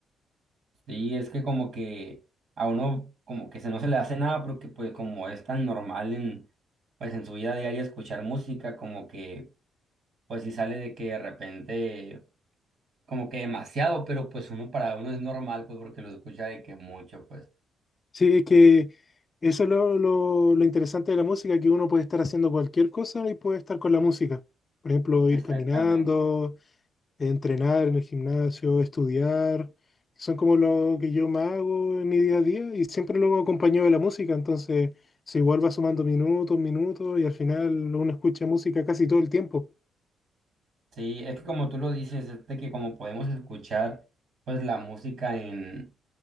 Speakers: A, on the right (about 65°); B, on the left (about 35°).
A: Sí, es que como que a uno como que se no se le hace nada porque pues como es tan normal en pues en su vida diaria escuchar música, como que pues sí sale de que de repente como que demasiado, pero pues uno para uno es normal pues porque lo escucha de que mucho, pues.
B: Sí, es que eso es lo, lo- lo interesante de la música, que uno puede estar haciendo cualquier cosa y puede estar con la música. Por ejemplo, ir
A: Exactamente.
B: caminando, entrenar en el gimnasio, estudiar. Son como lo que yo más hago en mi día a día y siempre lo hago acompañado de la música. Entonces, se igual va sumando minutos, minutos y al final uno escucha música casi todo el tiempo.
A: Sí, es que como tú lo dices, es de que como podemos escuchar pues la música en